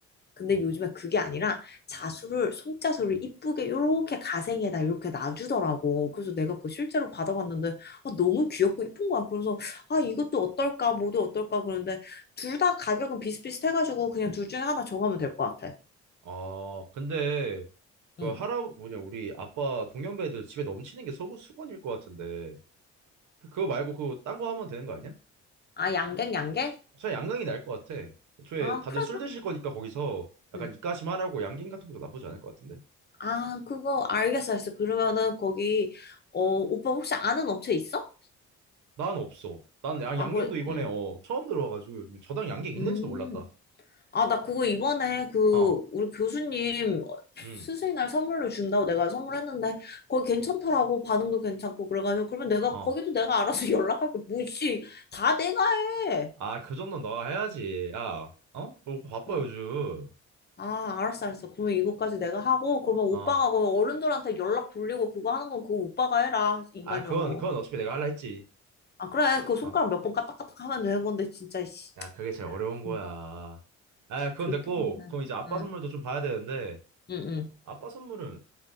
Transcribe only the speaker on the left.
근데 요즘에 그게 아니라 자수를 손자수를 이쁘게 요렇게 가생에다 이렇게 놔주더라고. 그래서 내가 그거 실제로 받아봤는데 아, 너무 귀엽고 이쁜 거야. 그래서 아 이것도 어떨까 뭐도 어떨까 그러는데 둘 다 가격은 비슷비슷해가지고 그냥 둘 중에 하나 정하면 될 것 같아.
응.
아 양갱 양갱?
아
그래
그래.
응.
아 그거 알겠어 알겠어. 그러면은 거기 어 오빠 혹시 아는 업체 있어?
아
그래.
응.
음.
아, 나 그거 이번에 그
우리 교수님
스승의 날 선물로 준다고 내가 선물했는데 거기 괜찮더라고 반응도 괜찮고 그래가지고 그러면 내가
거기도 내가 알아서 <laughs> 연락할게 뭐지 다 내가 해.
어.
아, 알았어, 알았어. 그러면 이거까지 내가 하고 그러면 오빠가
그 어른들한테 연락 돌리고 그거 하는 건 그거 오빠가 해라 인간적으로.
아, 그래. 그 손가락
몇 번 까딱까딱 하면 되는 건데 진짜 씨.
음,
그렇게는.
응,
응, 응.